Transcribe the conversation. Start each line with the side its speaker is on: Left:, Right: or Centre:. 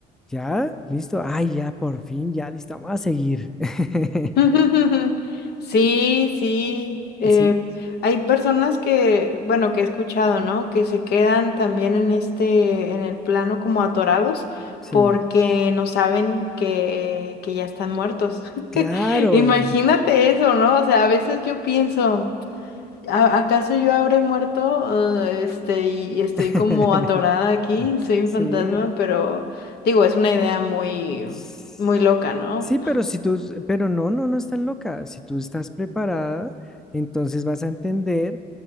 Centre: ya, listo, ay, ya, por fin, ya, listo, vamos a seguir. <laughs>
Left: <laughs> Sí, sí. eh,
Centre: Sí,
Left: hay personas que, bueno, que he escuchado, ¿no? Que se quedan también en este, en el plano como atorados
Centre: Sí,
Left: porque no saben que, que ya están muertos.
Centre: claro.
Left: <laughs> Imagínate eso, ¿no? O sea, a veces yo pienso, "¿A- ¿acaso yo habré muerto? eh, este, y, y estoy
Centre: <laughs>
Left: como atorada aquí, soy un
Centre: Sí.
Left: fantasma, pero digo, es una idea muy,
Centre: S-
Left: muy loca, ¿no?
Centre: Sí, pero si tú, pero no, no, no estás loca. Si tú estás preparada, entonces vas a entender